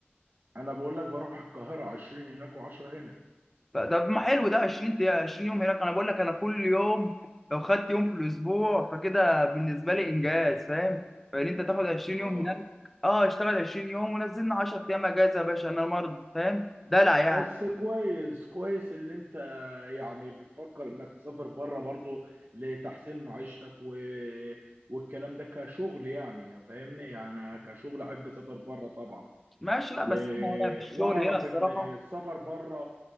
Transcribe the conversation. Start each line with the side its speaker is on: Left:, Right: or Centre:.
Right: انا بقول لك بروح القاهرة 20 هناك و10 هنا
Centre: ف- طب ما حلو ده 20 دقيقة- 20 يوم هناك انا بقول لك انا كل يوم لو خدت يوم في الاسبوع فكده بالنسبه لي انجاز فاهم؟ فان انت تاخد 20
Right: اه
Centre: يوم هناك اه اشتغل 20 يوم ونزلنا 10 ايام اجازه يا باشا انا مرض فاهم؟ دلع يعني
Right: بس كويس كويس اللي انت يعني بتفكر انك تسافر بره برضو لتحسين معيشتك و... والكلام ده كشغل يعني فاهمني انا كشغل احب اسافر بره طبعا
Centre: ماشي لا
Right: و...
Centre: بس انا هنا في الشغل
Right: واعرف
Centre: هنا الصراحه
Right: ان السفر بره